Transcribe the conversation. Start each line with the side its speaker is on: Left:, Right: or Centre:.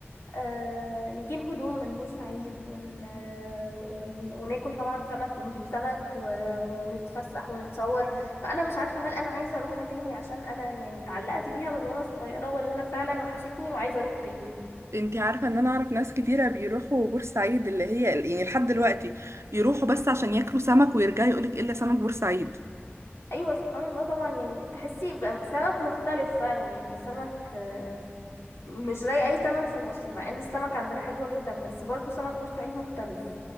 Left: آه نجيب هدوم من بورسعيد ون... آه، ون... وناكل طبعا سمك ونجيب سمك و... ونتفسح ونتصور فأنا مش عارفة هل أنا عايزة أروحها تاني عشان أنا يعني اتعلقت بيها من وأنا صغيرة ولا أنا فعلا وحشتني وعايزة أروح تاني
Right: انتي عارفة ان انا اعرف ناس كتيرة بيروحوا بورسعيد اللي هي يعني لحد دلوقتي يروحوا بس عشان ياكلوا سمك ويرجعوا يقولك إيه الا سمك بورسعيد
Left: أيوة سبحان الله طبعا يعني بتحسي بقى سمك مختلف فعلا يعني سمك آه، مش زي أي سمك في مصر مع إن السمك عندنا حلوة جدا بس برضو سمك بورسعيد مختلف